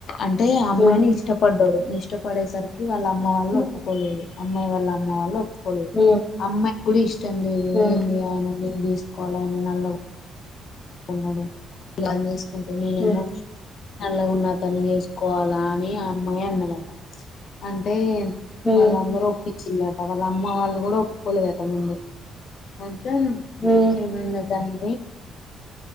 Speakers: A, on the left; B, on the left.
A: అంటే అమ్మాయిని
B: ఉ
A: ఇష్టపడ్డాడు ఇష్టపడేసరికి కి వాళ్ళ అమ్మ వాళ్ళు
B: ఉ
A: ఒప్పుకోలేదు అమ్మాయి వాళ్ళ అమ్మ వాళ్ళు ఒప్పుకోలేదు
B: ఉ
A: అమ్మాయి కూడా ఇష్టం లేదు
B: ఉ
A: ఏంది ఆయన నేను చేసుకోవాల ఆయన నల్లగ ఉన్నాడు ఇగా ఆయనీ చేసుకుంటూ నేనేమో
B: ఉ
A: నల్లగున్న అతన్ని చేసుకోవాలా అని ఆ అమ్మాయి అన్నదట అంటే
B: ఉ
A: వాళ్ళందరూ ఒప్పిచ్చిందట వాళ్ళ అమ్మ వాళ్ళు గూడా ఒప్పుకోలేదట ముందు అంతన్
B: ఉ ఉ
A: ఏమైందొ దాని